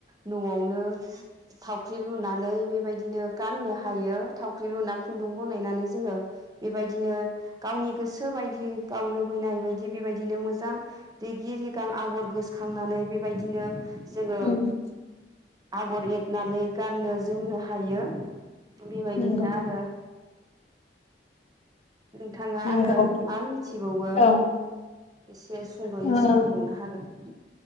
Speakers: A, on the right; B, on the left.
A: न'आवनो थावख्रि लुनानै बेबायदिनो गाननो हायो थावख्रि लुना खुन्दुं बनायनानै जोङो बेबायदिनो गावनि गोसो बायदि गाव लुबैनाय बायदि बेबायदिनो मोजां रिगि रिगां आगर गोसोखांनानै बे- बायदिनो जोङो
B: उम
A: आगर एरनानै गाननो जोमनो हायो। बेबायदिनो
B: नंगौ
A: आरो नोंथाङा
B: नंगौ
A: आरो मा मिथिबावो
B: औ
A: एसे सुंद'यै
B: औ
A: सावरायबावनो हागोन।